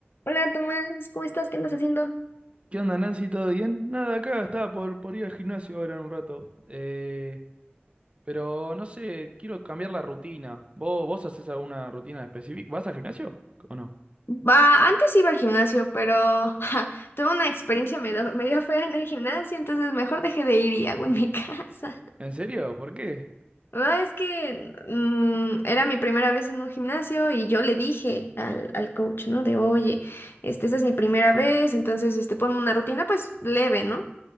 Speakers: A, on the left; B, on the right.
A: Hola Tomás, ¿cómo estás? ¿Qué andas haciendo?
B: ¿Qué onda, Nancy? ¿Todo bien? Nada, acá estaba por, por ir al gimnasio ahora en un rato. Eh, pero no sé, quiero cambiar la rutina. ¿Vos, vos haces alguna rutina específica? ¿Vas al gimnasio o no?
A: Va, antes iba al gimnasio, pero ja, tuve una experiencia medio, medio fea en el gimnasio, entonces mejor dejé de ir y hago en mi <laughs> casa.
B: ¿En serio? ¿Por qué?
A: Ah, es que mm, era mi primera vez en un gimnasio y yo le dije al, al coach, ¿no? De, oye, este, esta es mi primera vez, entonces, este, ponme una rutina, pues, leve, ¿no?